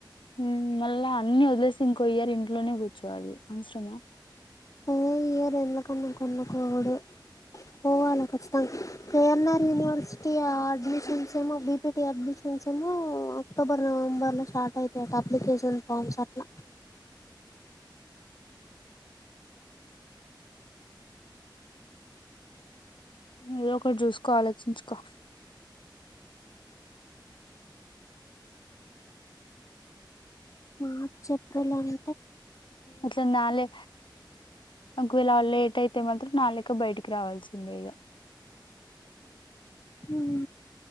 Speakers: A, on the left; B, on the left.
A: హ్మ మళ్ళా అన్నీ వదిలేసి ఇంకో ఇయ్యరు ఇంట్లోనే కూర్చోవాలి అవసరమా.
B: అదే ఇయర్ ఎందుకమ్మా కొనుక్కోవుడు పోవాలా ఖచ్చతంగ్ కేఎన్ఆర్ యూనివర్సిటీ అడ్మిషన్స్ ఏమో బిపిటి అడ్మిషన్స్ ఏమో అక్టోబర్ నవంబర్ లో స్టార్ట్ అయితాయట అప్లికేషన్ ఫామ్స్ అట్లా.
A: ఏదో ఒకటి చూసుకో ఆలోచించుకో
B: మార్చ్ ఏప్రిల్ అన్
A: అట్లా నాళే ఒకవేళా లేట్ అయితే మాత్రం నాలెక్క బయటికి రావాల్సిందే ఇగా
B: ఊహు